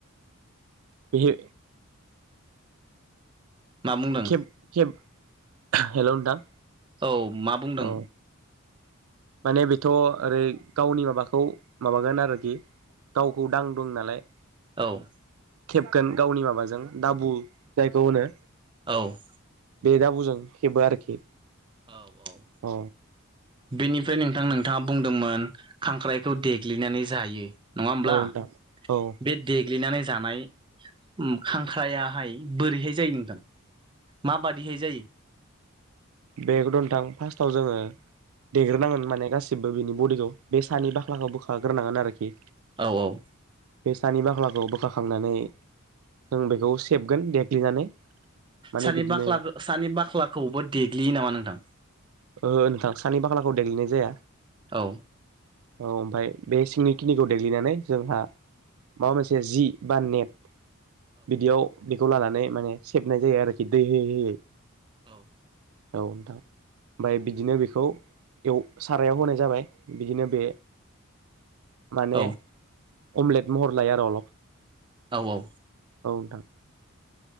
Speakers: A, on the right; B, on the right.
A: बेयो
B: मा बुंदों
A: केब केब हेल' नोंथां
B: औव मा बुंदों?
A: औ माने बेथ' ओरै गावनि माबाखौ माबागोन आरोखि। गावखौ दां दं नालाय
B: औव
A: खेबगोन गावनि माबाजों दाबु जायखौ होनो
B: औव
A: बे दाबुजों खेबो आरोखि
B: औव औवानि
A: औ
B: बेनिफ्राय नोंथां नोंथाङा बुंदोंमोन खांख्राइखौ देग्लिनानै जायो नङा होमब्ला
A: औव नोंथां औव
B: बे देग्लिनानै जानाय ओम खांख्रायाहाय बोरैहाय जायो नोंथां। माबादिहाय जायो?
A: बेखौथ' नोंथां फार्स्टआव जोङो देग्रोनांगोन माने गासिबो बिनि बडिखौ बे सानि बाख्लाखौ बोखाग्रोनांगोन आरोखि
B: औव औव
A: बे सानि बाख्लाखौ बोख्लाखांनानै जों बेखौ सेबगोन देग्लिनानै माने
B: सानि
A: बिदिनो
B: बाख्लाखो सानि बाख्लाखौबो देग्लियो नामा नोंथां।
A: ओ नोंथां सानि बाख्लाखौ देग्लिनाय जाया
B: औ
A: औव ओमफाय बे सिंनि खिनिखौ देग्लिनानै जोंहा माबा मोनसे जि बा नेट बिदियाव बेखौ लानानै माने सेबनाय जायो आरोखि दै होयै होयै
B: औ
A: औ दां ओमफ्राय बिदिनो बेखौ एव सारायाव होनाय जाबाय बिदिनो बे माने
B: औ
A: अमलेट महर लायो आरो अलप
B: औ औ
A: औ नोंथां